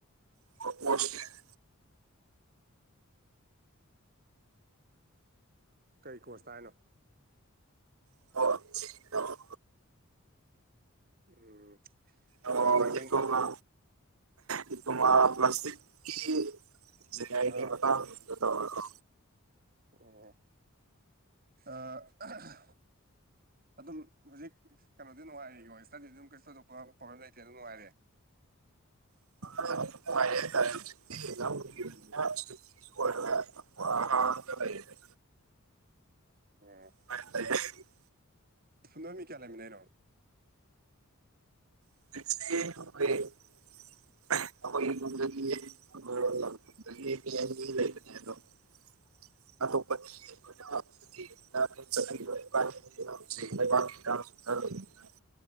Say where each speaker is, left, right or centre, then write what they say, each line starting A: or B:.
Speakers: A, on the right (about 75°); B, on the right (about 40°).
A: <unintelligible>
B: ꯀꯩ ꯀꯣꯁꯇ ꯍꯥꯏꯅꯣ꯫
A: <inaudible>
B: ꯎꯝ
A: ꯑꯣ
B: ꯅꯦꯠꯋꯥꯛꯁꯦ ꯈꯤꯇꯪ
A: ꯗꯤꯄ꯭ꯂꯣꯃꯥ ꯗꯤꯄ꯭ꯂꯣꯃꯥ ꯄ꯭ꯂꯥꯁꯇꯤꯛꯀꯤ ꯏꯟꯖꯤꯅ꯭ꯌꯥꯔꯤꯡꯒꯤ
B: ꯑꯥ
A: ꯃꯇꯥꯡꯗꯨꯗ ꯇꯧꯔꯦꯀꯣ꯫
B: ꯎꯝ ꯑ-ꯑꯍꯥꯍ ꯑꯗꯨꯝ ꯍꯧꯖꯤꯛ ꯀꯩꯅꯣꯗꯤ ꯅꯨꯡꯉꯥꯏꯔꯤꯀꯣ ꯏꯁꯇꯗꯤ ꯑꯗꯨꯝ ꯀꯩꯁꯨ ꯊꯧꯗꯣꯛꯄ ꯄ꯭ꯔꯣꯕ꯭ꯂꯦꯝ ꯂꯩꯇꯦ ꯑꯗꯨꯝ ꯅꯨꯡꯉꯥꯏꯔꯤ꯫
A: <inaudible>
B: ꯎꯝ
A: ꯍꯣꯢ-ꯍꯣꯢ <unintelligible>
B: ꯎꯝ
A: <inaudible>
B: ꯁꯨꯅꯕ ꯃꯤ ꯀꯌꯥ ꯂꯩꯃꯤꯟꯅꯩꯅꯣ꯫
A: <unintelligible> <inaudible> ꯒꯅꯥ <inaudible> ꯂꯩꯕꯥꯛꯀꯤ ꯏꯔꯥꯡꯖꯨ ꯈꯥ ꯂꯩꯕꯅꯤꯅ꯫